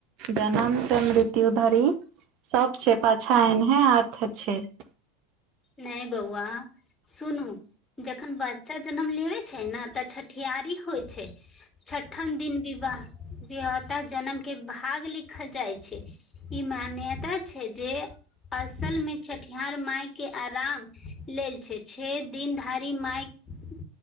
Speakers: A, on the right; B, on the left.
A: जनम त मृत्यु धरि सब छै पाछा एनहे आथ छै
B: नहि बौआ सुनूं जखन बच्चा जनम लेबे छै ने तऽ छठियारी होइ छै छठम दिन विवाह विहता जनम के भाग लिखल जाइ छै ई मान्यता छै जे असल मे छठिहार माय के आराम लेल छै छे दिन धरि माइक